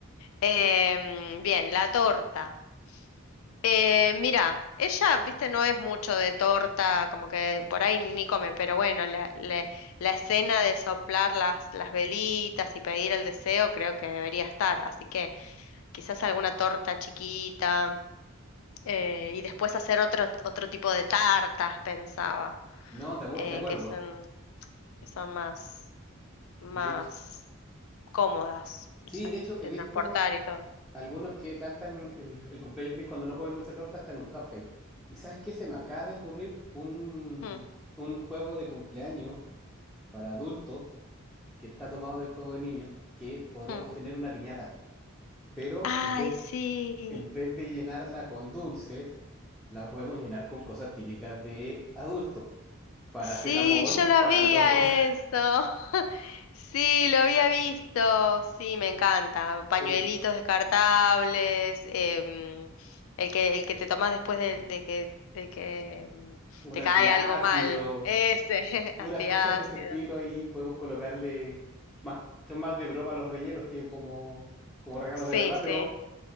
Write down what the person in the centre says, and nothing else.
No, de, acu-
de acuerdo.
De hecho,
sí,
de hecho he
visto
algunos que cantan el, el cumpleaños feliz cuando no comen mucha torta hasta en un cupcake. ¿Y sabes qué? Se me acaba de ocurrir un,
un juego de cumpleaños para adultos que está tomado del juego de niños, que podríamos
tener una piñata, pero
en vez,
en vez de llenarla con dulces, la podemos llenar con cosas típicas de adulto. Paracetamol
para
el dolor,
<laughs> eh,
un
antiácido,
puras
cosas de ese estilo ahí podemos colocarle más, son más de broma los rellenos que como, como regalos
de verdad, pero